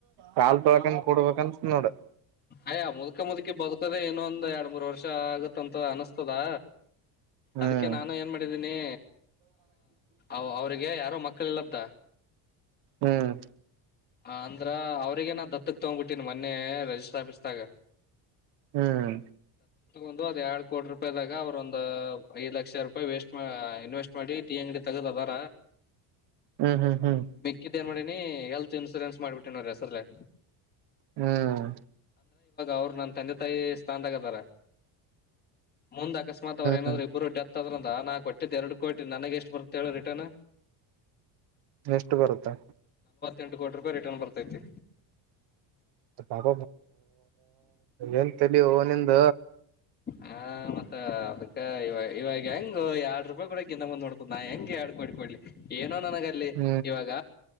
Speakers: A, on the right; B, on the left.
A: ಕಾಲ್ ಭಾಗ ಕೊಡಬೇಕಂತ ನೋಡು
B: ಅಯ್ಯ ಮುದುಕ ಮುದುಕಿ ಬದುಕದೇ ಇನ್ನೊಂದ್ ಎರಡ್ ಮೂರ್ ವರ್ಷ ಆಗುತ್ತ ಅಂತ ಅನುಷ್ಕಾ
A: ಹ್ಮ್
B: ಅದಕ್ಕೆ ನಾನೇನ್ ಮಾಡಿದೀನಿ ಅವರಿಗೆ ಯಾರೆ ಮಕ್ಕಳು ಇಲ್ಲಂತ
A: ಹ್ಮ್
B: ಹ ಅಂದ್ರ ಅವ್ರಗ ನ ದತ್ತಕ್ ತಗ್ಬಿಟ್ಟನ್ ಮೊನ್ನೆ ರರಿಜಿಸ್ಟ್ರ ಆಫೀಸ್ದಾಗ
A: ಹ್ಮ್
B: ಒಂದು ಎರಡು ಕೋಟಿ ರೂಪಾಯಿ ದಾಗ ಅವರೊಂದು ಐದು ಲಕ್ಷ ವೇಸ್ಟ್ ಇನ್ವೆಸ್ಟ್ ಮಾಡಿ ಟೀ ಅಂಗಡಿ ತೆಗೆದಾದರೆ
A: ಹ್ಮ್ ಹ್ಮ್ ಹ್ಮ್
B: ಹೇಳ್ತೀನಿ ಚಿಲ್ಡ್ರನ್ಸ್ ಮಾಡ್ಬಿಟ್ಟೆನವರ ಹೆಸರಿಗೆ
A: ಹ್ಮ್
B: ಅವ್ರ ನನ್ ತಂದೆ ತಾಯಿ ಸ್ಥಾನದಾಗತಾರ ಮುಂದ ಅಕಸ್ಮಾತ್ ಅವರು ಏನ್ರರು
A: ಹ್ಮ್
B: ಇಬ್ರು ಡೆತ್ ಆದದ್ರ ನಾ ಕೊಟ್ಟಿದ್ದ ಎರಡು ಕೋಟಿ ನನಗೆ ಎಷ್ಟು ಬರುತ್ತೇಳ ರಿಟರ್ನ್
A: ಎಷ್ಟು ಬರುತ್ತೆ
B: ಎಂಟು ಕೋಟಿ ರೂಪಾಯಿ ರಿಟರ್ನ್ ಬರ್ತೈತಿ
A: ಪಾಪ ಏನ್ ತೇಲಿ ಅವನಂದ
B: ಹಾ ಮತ್ತ ಅದಕ್ಕ ಇವ ಇವಾಗ ಹೆಂಗ ಎರಡ್ ರೂಪಾಯಿ ಕೊಡ ನ ಮುಂದ ನೋಡ್ತ ನಾ ಹೆಂಗೆ ಆಡ್ಕೊಂಡ್ಕಡ್ಲಿ ಏನೋ ನಗಲ್ಲಿ
A: ಹ್ಮ್
B: ಇವಾಗ